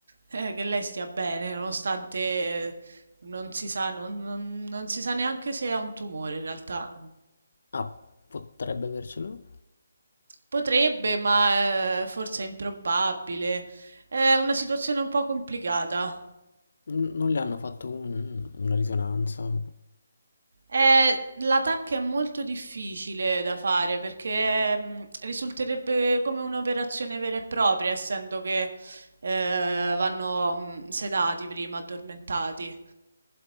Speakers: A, on the right (about 70°); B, on the left (about 65°).
A: eh, che lei stia bene, nonostante eh, non si sa, non, non- non si sa neanche se ha un tumore in realtà.
B: Ah, potrebbe avercelo.
A: Potrebbe, ma eh, forse è improbabile. È una situazione un po' complicata.
B: N- non le hanno fatto un- una risonanza.
A: Eh, l'attacco è molto difficile da fare perché mh, risulterebbe come un'operazione vera e propria, essendo che eh, vanno mh, sedati prima, addormentati.